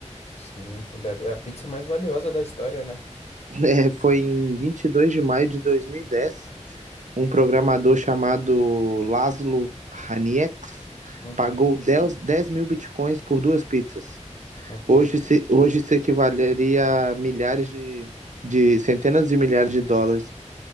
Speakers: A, on the left; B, on the right.
A: sim, deve- é a pizza mais valiosa da história, né?
B: <laughs> É, foi em 22 de maio de 2010. Um programador chamado Laszlo Haniex
A: Uhum,
B: pagou 10 10 mil Bitcoins por duas pizzas.
A: ok.
B: Hoje, se, hoje isso equivaleria a milhares de, de... centenas de milhares de dólares.